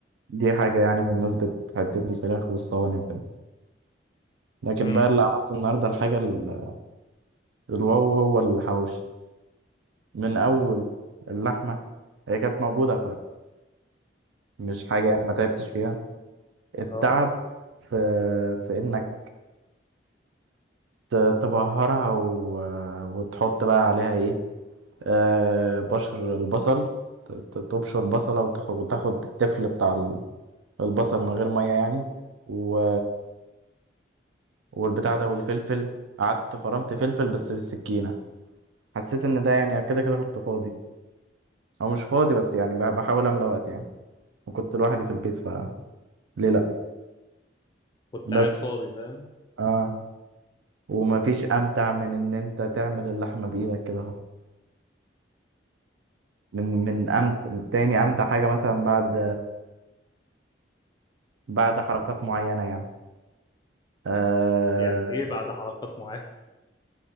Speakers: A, on the right; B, on the left.
A: دي حاجة يعني بمناسبة حتة الفراخ والصواني وكده لكن
B: امم
A: بقى اللي عملته النهاردة الحاجة ال- الواو هو الحواوشي من اول اللحمه هي كانت موجوده فمش حاجه يعني ما تعبتش فيها التعب
B: اه
A: في في انك ت- تبهرها و... وتحط بقى عليها ايه آه بشر البصل ت- ت- تبشر بصله وتاخد, وتاخد التفل بتاع ال- البصل من غير ميه يعني و... والبتاع ده والفلفل قعدت فرمت فلفل بس بالسكينه حسيت ان ده يعني كده كده كنت فاضي او مش فاضي بس يعني بح- بحاول املى وقت يعني وكنت لوحدي في البيت فليه لا
B: كنت
A: بس
B: قاعد فاضي فاهم
A: اه ومفيش امتع من ان انت تعمل اللحمه بايدك كده اهو من من امت من تاني امتع حاجه مثلا بعد بعد حركات معينه يعني آه
B: يعني ايه بعد حلقات معينة